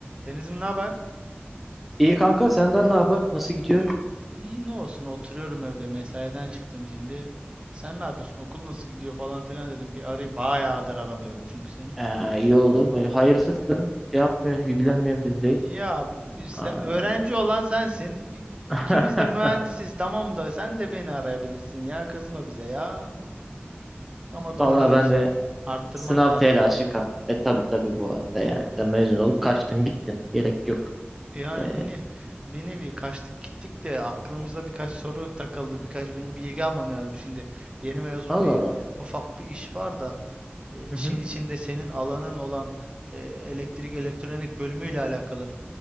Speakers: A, on the right (about 25°); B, in the centre.
A: Denizim ne haber?
B: İyi kanka senden ne haber? Nasıl gidiyor?
A: İyi ne olsun oturuyorum evde mesaiden çıktım şimdi. Sen ne yapıyorsun? Okul nasıl gidiyor falan filan dedim bir arayayım. Bayağıdır aramıyorum çünkü seni.
B: Ee, iyi oldu. Böyle Hayırsızsın. Şey yapmıyorsun, ilgilenmiyorsun bizde
A: Ya
B: hiç.
A: sen-
B: Aa.
A: öğrenci olan sensin. İ-
B: <laughs>
A: İkimiz de mühendisiz tamam da sen de beni arayabilirsin ya kızma bize ya. Ama doğru
B: Vallahi
A: diyorsun.
B: ben de
A: Arttırmak
B: sınav
A: lazım
B: telaşı
A: biraz daha.
B: kanka. E tabi tabi bu arada yani. Sen mezun olup kaçtın gittin. Gerek yok.
A: Yani
B: Ee,
A: bir, ne- bir nevi kaçtık gittik de aklımıza birkaç soru takıldı. Birkaç benim bilgi almam lazım şimdi. Yeni mezun
B: Allah
A: bir
B: Allah.
A: ufak bir iş var da. e, işin
B: Hı hı.
A: içinde senin alanın olan e, elektrik elektronik bölümüyle alakalı